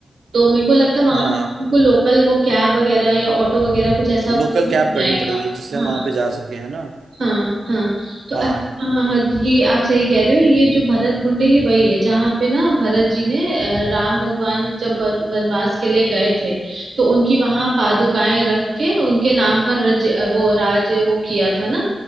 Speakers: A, on the right; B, on the right.
A: तो मेरे को लगता है वहां
B: हाँ
A: को लोकल वो कैब वगैरह या ऑटो वगैरह कुछ ऐसा
B: लोकल
A: मिल
B: कैब करनी
A: जाएगा
B: पड़ेगी जिससे
A: हाँ।
B: हम वहां पे जा सके है ना
A: हाँ हाँ तो
B: हाँ
A: अ- हाँ हाँ ये आप सही कह रहे हो ये जो भरत कुंड है ये वही है जहाँ पे ना भरत जी ने अ, राम भगवान जब वन- वनवास के लिए गए थे तो उनकी वहां पादुकाएं रख के उनके नाम पर रज अ, वो राज वो किया था ना